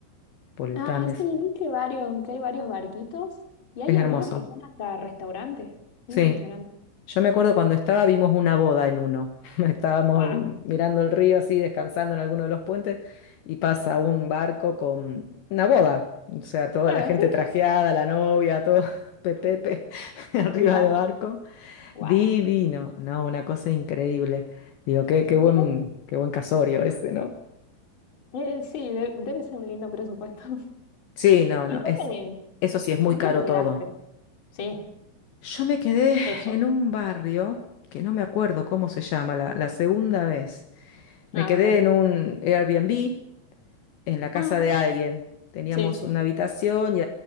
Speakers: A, on the left; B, on the left.
A: por el
B: Ah,
A: Tames.
B: sí, vi que varios, que hay varios barquitos y hay
A: Es
B: algunos
A: hermoso.
B: que son hasta restaurantes. Impresionante.
A: Sí. Yo me acuerdo cuando estaba, vimos una boda en uno. <laughs> Estábamos
B: Guau.
A: en- mirando el río así, descansando en alguno de los puentes, y pasa un barco con una boda. O sea, toda
B: Claro,
A: la gente
B: sí.
A: trajeada, la novia, todo <laughs> pepepe <laughs> arriba
B: Un yate.
A: del barco.
B: Guau.
A: Divino. No, una cosa increíble. Digo, qué, qué buen,
B: Mira.
A: qué buen casorio ese, ¿no?
B: Eh, sí, de- debe ser un lindo presupuesto. <laughs>
A: Sí, no,
B: ¿Y
A: no.
B: dónde?
A: Es, eso sí, es muy
B: ¿Dónde
A: caro
B: te quedaste?
A: todo.
B: Sí,
A: Yo me quedé
B: eso.
A: en un barrio que no me acuerdo cómo se llama, la, la segunda vez. Me
B: Ah,
A: quedé
B: ok.
A: en un Airbnb, en la casa
B: Ah,
A: de alguien. Teníamos
B: sí,
A: una habitación y,